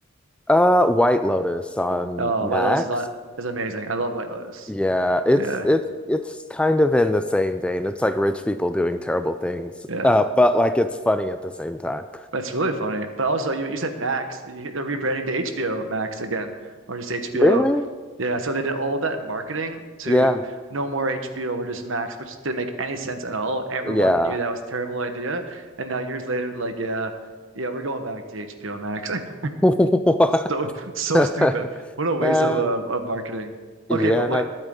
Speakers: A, in the centre; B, on the right (about 65°).
A: uh, White Lotus on
B: Oh,
A: Max.
B: White Lotus is on is amazing. I love White Lotus.
A: Yeah, it's
B: Yeah.
A: it's it's kind of in the same vein. It's like rich people doing terrible things,
B: Yeah.
A: uh, but like it's funny at the same time.
B: That's really funny. But also, you, you said Max. You, they're rebranding to HBO Max again, or just HBO.
A: Really?
B: Yeah, so they did all that marketing to
A: Yeah.
B: no more HBO, we're just Max, which didn't make any sense at all. Everyone
A: Yeah.
B: knew that was a terrible idea. And now years later, like, yeah, yeah, we're going back to HBO Max. <laughs>
A: <laughs> What?
B: So so stupid.
A: <laughs>
B: What a waste
A: That,
B: of uh, of marketing. Okay,
A: yeah,
B: but what
A: and I,